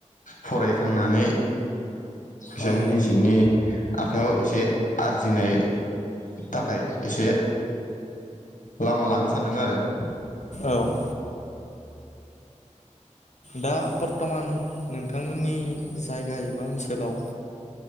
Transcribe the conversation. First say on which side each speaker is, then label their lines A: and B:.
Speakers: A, on the left; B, on the left.
A: फरायखांनानै जों
B: औ
A: निजेनि आखाइयाव एसे आरजिनाय थाखाय एसे लामा लानो सानदों आरो <inaudible>
B: औ औ दा बर्थमान नोंथांमोननि जाय गायोबा ओनसोलाव